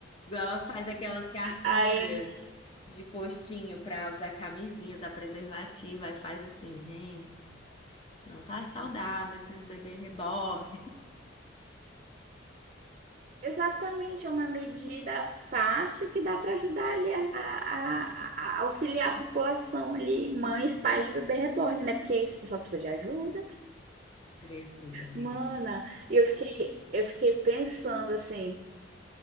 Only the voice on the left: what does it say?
Igual faz aquelas cartilhas
de postinho pra usar camisinhas, a preservativa, e faz assim, gente. Não tá saudável esses bebês reborn.
Precisa, amiga.